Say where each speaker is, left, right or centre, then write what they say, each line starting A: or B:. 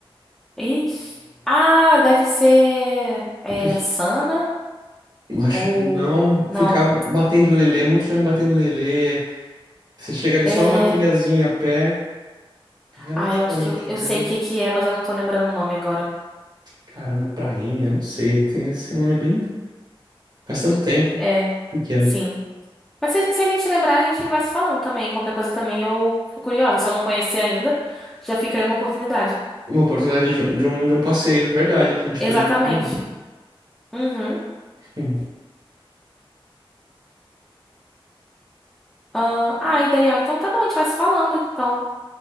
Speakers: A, in the centre; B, on the right (about 45°).
A: Ixi. Ah, deve ser é,
B: É...
A: Sana
B: Eu Acho
A: ou...
B: que não.
A: Não,
B: Ficavam batendo lelê, muitos jovens batendo lelê. Você chega ali
A: é...
B: só numa trilhazinha a pé, é relativamente
A: Ah, eu acho que eu, eu
B: grande.
A: sei o que que é, mas eu não tô lembrando o nome agora.
B: Caramba, prainha, não sei, tem esse nome bem. Faz tanto tempo,
A: É,
B: pequeno.
A: sim. Mas se, se a gente lembrar, a gente vai se falando também. Qualquer coisa também eu fico curiosa. Se eu não conhecer ainda, já fica aí uma oportunidade.
B: Uma oportunidade de um, de um, de um passeio, verdade, a gente
A: Exatamente.
B: podia combinar.
A: Uhum.
B: Hum.
A: Ah, ai, Daniel, então tá bom, a gente vai se falando, então,